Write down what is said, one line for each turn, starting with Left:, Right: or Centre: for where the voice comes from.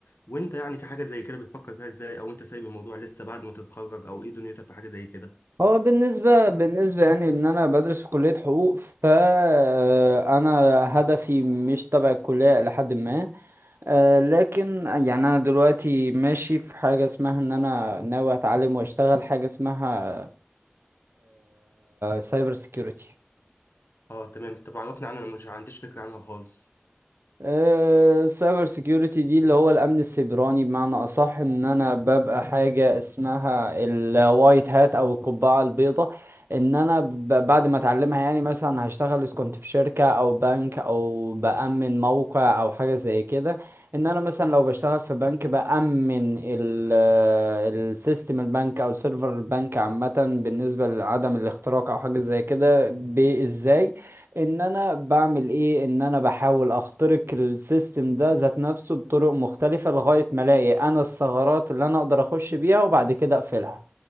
Left: وانت يعني كحاجة زي كده بتفكر فيها ازاي او انت سايب الموضوع لسه بعد ما تتخرج او ايه دنيتك في حاجة زي كده
Right: هو بالنسبه بالنسبه يعني ان انا بدرس في كليه حقوق فانا هدفي مش تبع الكليه لحد ما آه، لكن يعني انا دلوقتي ماشي في حاجه اسمها ان انا ناوي اتعلم واشتغل حاجه اسمها سايبر سيكيورتي
Left: اه تمام طب عرفني عنها انا مش عنديش فكرة عنها خالص
Right: السايبر سيكيورتي دي اللي هو الامن السيبراني بمعنى اصح ان انا ببقى حاجه اسمها الوايت هات او القبعه البيضاء ان انا ب- بعد ما اتعلمها يعني مثلا هشتغل اذا كنت في شركه او بنك او بامن موقع او حاجه زي كده ان انا مثلا لو بشتغل في بنك بامن ال- السيستم البنك او سيرفر البنك عامه بالنسبه لعدم الاختراق او حاجه زي كده بازاي ان انا بعمل ايه ان انا بحاول اخترق السيستم ده ذات نفسه بطرق مختلفة لغاية ما الاقي انا الثغرات اللي انا اقدر اخش بيها وبعد كده اقفلها